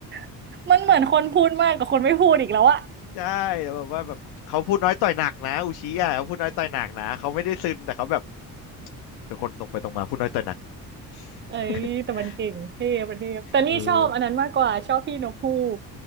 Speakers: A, on the right (about 30°); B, on the left (about 80°).
A: <laughs> มันเหมือนคนพูดมากกว่าคนไม่พูดอีกแล้วอะ
B: ใช่แต่แบบว่าแบบเขาพูดน้อยต่อยหนักนะอุชิอะเขาพูดน้อยต่อยหนักนะเขาไม่ได้ซึนแต่เขาแบบเป็นคนตรงไปตรงมาพูดน้อยต่อยหนัก
A: เอ้ยแต่มันเก่งเท่ประเทศแต่นี่ชอบอันนั้นมากกว่าชอบพี่นกฮูก
B: <laughs> เออ